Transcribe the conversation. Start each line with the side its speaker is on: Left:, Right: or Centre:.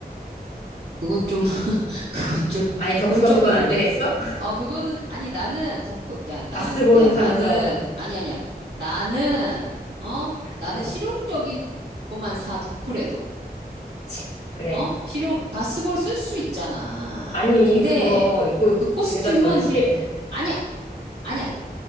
Right: 그건 좀, <laughs> 그건 좀,
Left: 아니, 덕후가
Right: 그건 좀
Left: 그건
Right: 그런데.
Left: 안 되겠어? <laughs>
Right: 어, 그거는, 아니, 나는 덕후, 야, 나,
Left: 바스볼은
Right: 야, 나는,
Left: 사면서,
Right: 아니, 아니야. 나는, 어? 나는
Left: 어,
Right: 실용적인 것만 사, 덕후래도.
Left: 치, 그래.
Right: 어? 실용, 바스볼 쓸 수 있잖아.
Left: 아니,
Right: 근데
Left: 그거 입고
Right: 그 코스튬은,
Left: 집에다 전시, <laughs>
Right: 아니야, 아니야.